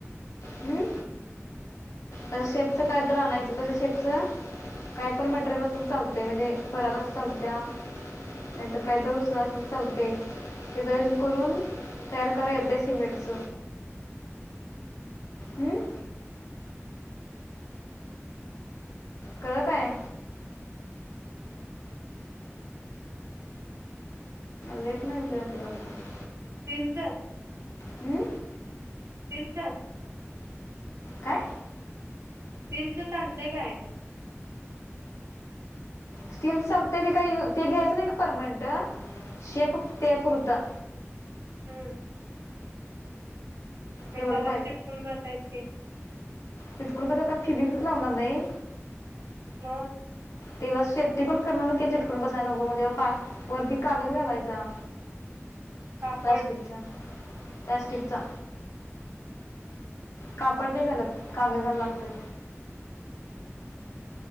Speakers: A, on the left (about 85°); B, on the right (about 75°).
A: हम् तर शेपच कायतर आणायचं तश शेपच काय पण मटेरिल चालतयं म्हणजे पराता त चालत्या नाहीतर काय तर दुसरं असल चालतयं हे ज यज करून तयार कराता येते सिमेंटच. हम्म. कळं काय. लेट नाही उदया येतंय वाटत.
B: तीनच.
A: हं?
B: तिन चं.
A: काय.
B: स्टील चं चालतयं काय?
A: स्टील समतंय ते काय इल ते घ्यायचं नाही का परमनंट शे पुत्या पुरता
B: हम्म. मी
A: तेवढं
B: त्याला चिटकूनं बसायची ते.
A: चटकून बसायचा <unintelligible> ज च लावणार नाही.
B: म.
A: त्याला सेफ्टी पण करणार की चिटकून बसाय नको मध्ये पा वरती कागद घालायचा.
B: कापड
A: प्लास्टिक च. प्लस्टिकचा कापड नाही चालत कागद घालाला लागतोय.